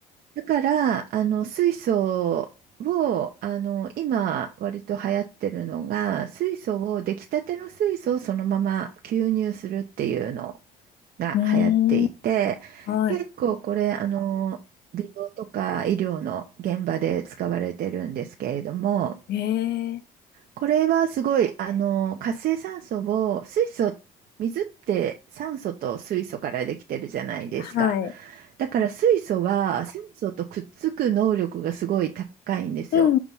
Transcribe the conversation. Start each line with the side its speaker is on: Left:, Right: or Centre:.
Right: だからあの水素をあの今割と流行ってるのが水素を出来たての水素をそのまま吸入するっていうのが流行っていて、
Left: うーん、は
Right: 結構これ、あの、美容とか医療の現場で使われてるんですけれども、
Left: い。えー、
Right: これはすごい、あの、活性酸素を、水素、水って酸素と水素からできてるじゃないですか。
Left: はい。
Right: だから水素は酸素とくっつく能力がすごい高いんですよ。
Left: うんう